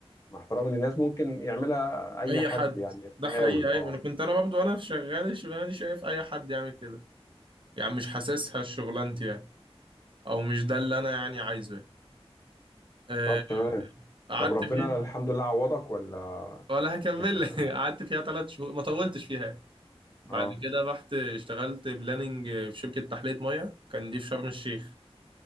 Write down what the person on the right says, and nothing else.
اي
حد
ده حقيقي
ايوه انا كنت انا برضه وانا شغال الشغلانه دي شايف اي حد يعمل كده يعني مش حاسسها شغلانتي يعني او مش ده اللي انا يعني عايزه يعني آه،
قعدت
فيها
ولا هكمل
<laughs> قعدت فيها ثلاث شهور ما طولتش فيها بعد
كده رحت اشتغلت بلاننج في شركه تحليه ميه كان دي في شرم الشيخ